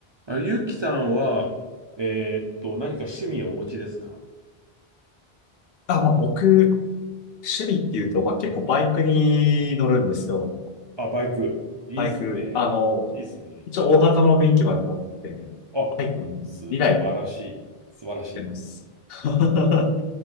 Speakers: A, on the right; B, on the left.
A: あ、ゆうきさんは、えーっと、何か趣味をお持ちですか
B: あ、まあ僕、趣味っていうと、まあ結構バイクに乗るんですよ。
A: あ、バイク。いいっすね。
B: バイク。あの、
A: いいっすね。
B: 一応大型の免許まで持ってて、
A: あ、
B: バイク2来
A: 素晴らしい。素晴らしい。
B: 乗ってます。<laughs>